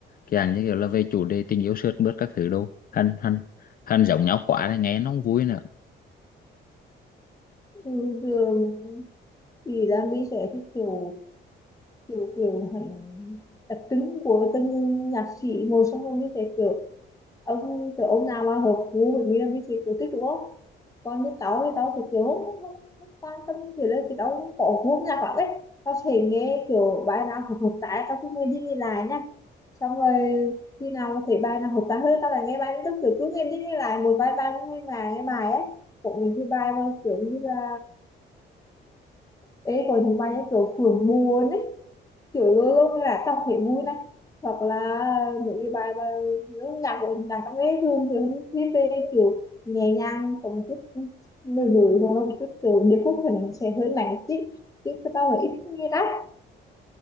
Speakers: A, on the left (about 45°); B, on the left (about 15°).
A: cái dạng như kiểu là về chủ đề tình yêu sướt mướt các thứ đâu. Hắn hắn hắn giống nhau quá là nghe nó không vui nữa.
B: ừ, thường thì là mình sẽ thích kiểu kiểu kiểu hẳn đặc trưng của từng nhạc sĩ một xong rồi mới thấy kiểu ông kiểu ông nào mà hợp gu với mình là mình sẽ kiểu thích đúng không còn như tao thì tao thì kiểu không, không, không quan tâm kiểu là thì tao không có gu nhạc lắm ấy tao sẽ nghe kiểu bài nào hợp hợp tai tao cứ nghe đi nghe lại nha xong rồi khi nào thấy bài nào hợp tai hơn tao lại nghe bài tức kiểu cứ nghe đi nghe lại một vài bài nghe bài nghe bài ấy cũng những cái bài mà kiểu như là ấy có những bài như kiểu phường buồn ấy kiểu luôn lúc là đọc thấy vui này hoặc là những cái bài mà lúc nhạc của đàn các ấy thường thì hơn viết về kiểu nhẹ nhàng có một chút nổi nổi hoặc là một chút kiểu điệp khúc thì nó sẽ hơi nặng tí chứ cái tao là ít nghe lắm